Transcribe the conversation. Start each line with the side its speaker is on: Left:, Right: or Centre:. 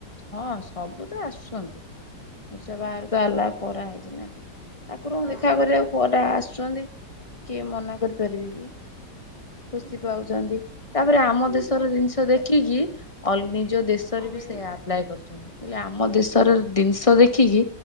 Left: ହଁ ସବୁ ତ ଆସୁଛନ୍ତି ଓଡିଶା ବାହାରୁ ତ ଆଲାୱ କରାହେଇଛି ନା। ଠାକୁରଙ୍କୁ
Right: ହଁ।
Left: ଦେଖା କରିବାକୁ କୁଆଡେ ଆସିଛନ୍ତି କିଏ ମନା କରିପାରିବେ କି। ଖୁସି
Right: ହୁଁ
Left: ପାଉଛନ୍ତି। ତାପରେ ଆମ
Right: ମାନେ
Left: ଦେଶର
Right: ଜ
Left: ଜିନିଷ ଦେଖିକି ଅଲ୍ ନିଜ ଦେଶ ଦେଶରେ
Right: କଣ କହିଲେ
Left: ବି ସେଇଆ ଆପ୍ଲାଏ କରୁଛନ୍ତି। ମୁଁ କହିଲି ଆମ ଦେଶର ଜିନିଷ ଦେଖିକି